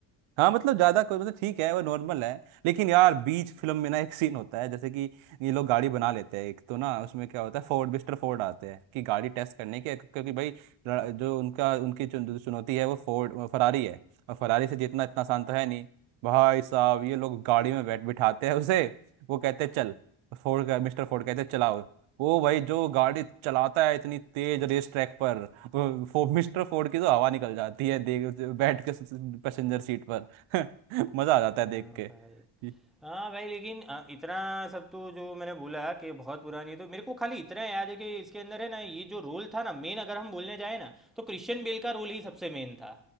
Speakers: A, on the right; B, in the centre.
A: हाँ मतलब ज्यादा कोई मतलब ठीक है वो नॉर्मल है लेकिन यार बीच फिल्म में ना एक सीन होता है जैसे कि ये लोग गाड़ी बना लेते हैं एक तो ना उसमें क्या होता है फोर्ड मिस्टर फोर्ड आते हैं कि गाड़ी टेस्ट करने के क्योंकि भाई र- जो उनका उनकी चुन, जो चुनौती है वो फोर्ड फरारी है और फरारी से जीतना इतना आसान तो है नहीं भाई साहब ये लोग गाड़ी में बैठ बिठाते हैं उसे वो कहते हैं चल फोर्ड का मिस्टर फोर्ड कहते हैं चलाओ वो भाई जो गाड़ी चलाता है इतनी तेज रेस ट्रैक पर वो फो, मिस्टर फोर्ड की तो हवा निकल जाती है देख बैठ के पैसेंजर सीट पर <laughs> मजा आ जाता है
B: हाँ
A: देख के
B: भाई
A: ये-
B: हाँ भाई लेकिन अ, इतना सब तो जो मैंने बोला कि बहुत पुरानी है तो मेरे को खाली इतना याद है कि इसके अंदर है ना ये जो रोल था ना मेन अगर हम बोलने जाए ना तो क्रिश्चियन बेल का रोल ही सबसे मेन था